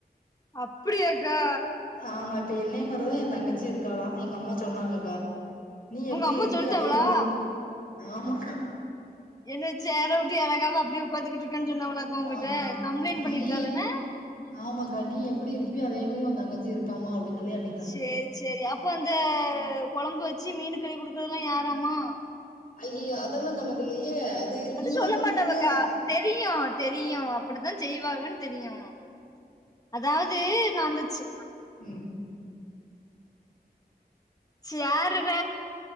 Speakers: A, on the left; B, on the left.
A: அப்படியாக்கா
B: ஆமா இப்ப என்னய மாரிதா என் தங்கச்சி இருக்கலா எங்க அம்மா சொன்னாங்கக்கா நீ எப்டி
A: உங்க அம்மா
B: இருப்பியோ
A: சொல்லிட்டாவளா
B: அதே மாரிதா ஆமாக்கா
A: என்ன சேர விட்டு எறங்காம அப்டியே உக்காந்த்துட்டு இருக்குன்னு சொன்னாவங்களாக்கு உன்கிட்ட
B: ஆமா
A: கம்ப்ளைண்ட்
B: நீ
A: பண்ணிருக்காவ என்ன
B: ஆமாக்கா நீ எப்டி இருப்பியோ அதே மாரி ஓன் தங்கச்சியு இருக்காமா அப்டின்னு சொல்லி அன்னை
A: சேரி சேரி அப்ப அந்த கொழம்பு வெச்சு மீனு கழுவி குடுக்கறதெல்லா யாராமா
B: அய்யய்யோ அதெல்லா சொன்னது இல்லையே அது நீங்களா
A: சொல்ல
B: பண்ணுவீங்க
A: மாட்டாவக்கா தெரியு தெரியு அப்டிதான் செய்வாவேன்னு தெரியு அதாவது நந்துச்சு
B: ம்
A: சேருற